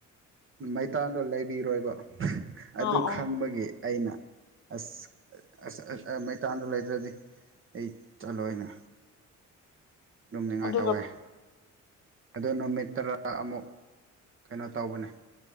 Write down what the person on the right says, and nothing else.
ꯃꯩꯇꯥꯟꯜꯗꯣ ꯂꯩꯕꯤꯔꯣꯏꯕ ꯑꯗꯨ
ꯈꯪꯕꯒꯤ ꯑꯩꯅ ꯑꯁ ꯑꯁ ꯑ ꯃꯩꯇꯥꯟꯗ ꯂꯩꯗ꯭ꯔꯗꯤ ꯑꯩ ꯆꯥꯂꯣꯏꯅ ꯂꯨꯝꯅꯤꯡꯉꯥꯏ
ꯇꯧꯋꯦ ꯑꯗ ꯅꯨꯃꯤꯠ ꯇꯔꯥ ꯑꯃꯨꯛ ꯀꯩꯅꯣ ꯇꯧꯕꯅꯦ